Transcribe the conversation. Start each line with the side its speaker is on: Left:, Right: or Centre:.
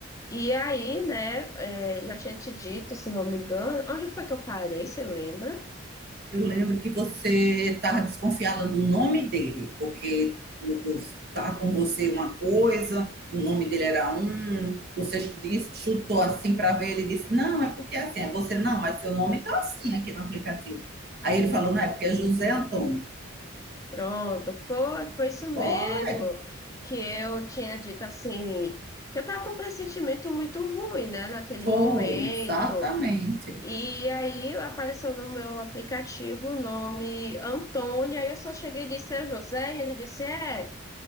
Left: E aí, né, é, já tinha te dito, se não me engano, onde foi que eu parei, você lembra?
Right: Eu lembro que você estava desconfiada do nome dele, porque estava com você uma coisa, o nome dele era um, você disse- chutou assim para ver, ele disse, não, é porque é assim, é você não, mas seu nome está assim aqui no aplicativo. Aí ele falou, não, é porque é José Antônio.
Left: Pronto, foi, foi isso mesmo.
Right: Foi,
Left: Que eu tinha dito assim, que eu estava com um pressentimento muito ruim, né, naquele
Right: foi,
Left: momento.
Right: exatamente.
Left: E aí apareceu no meu aplicativo o nome Antônio, aí eu só cheguei e disse, é José, e ele disse, é.